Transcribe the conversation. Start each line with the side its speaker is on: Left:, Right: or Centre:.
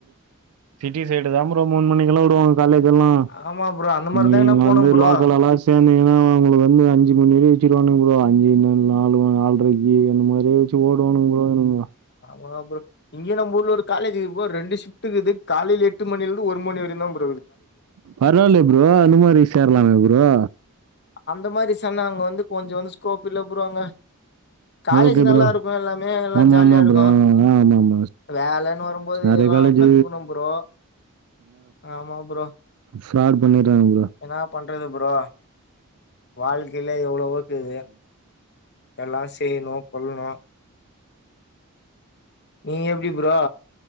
Right: சிட்டி சைடு தா ப்ரோ ப்ரோ மூணு மணிக்கெல்லா உடுவாங்க காலேஜ் எல்லா
Left: ஆமா ப்ரோ அந்த மாரிதாங்கண்ணா
Right: நீ இங்க
Left: போனோம்
Right: வந்து
Left: ப்ரோ
Right: லோக்கலா எல்லா சேந்தீங்கன்னா உங்கள வந்து அஞ்சு மணி வரையு வெச்சுருவானுங்க ப்ரோ அஞ்சு இன்னு நாலு நால்ரைக் இ என்ன மாரி ஓடணுங் <unintelligible>
Left: வா ப்ரோ இங்கே நம்ப ஊர்ல ஒரு காலேஜ்ருக்கு ரெண்டு சிஃப்ட் இருக்குது காலைல எட்டு மணில இருந்து ஒரு மணி வரையுதா ப
Right: பரவலய ப்ரோ அந்த மாரி சேர்லாமே ப் ஒ
Left: அந்த மாரி சொன்னா அங்க வந்து கொஞ்சோ வந்து ஸ்கோப் இல்ல ப்ரோ அங்க காலேஜ்
Right: ஓகே
Left: நல்லா
Right: ப்ரோ
Left: இருக்கூ எல்லாமே எல்லா
Right: ஆமா
Left: ஜாலியா
Right: ஆமா
Left: நல்ல இருக்கூ
Right: ப்ரோ ஆ ஆமா ஆமா
Left: வேலன்னு வரும்போது
Right: நெறைய
Left: எல்லா
Right: காலேஜ்
Left: கத்துக்கணு ப்ரோ ஆமா ப்ரோ
Right: ஸ்டாட் பண்ணிறேங்க ப்ரோ
Left: என்னா பண்றது ப்ரோ வாழ்க்கைல எவ்வளவோக்குது எல்லா செய்ணு கொல்னு நீ எப்டி ப்ரோ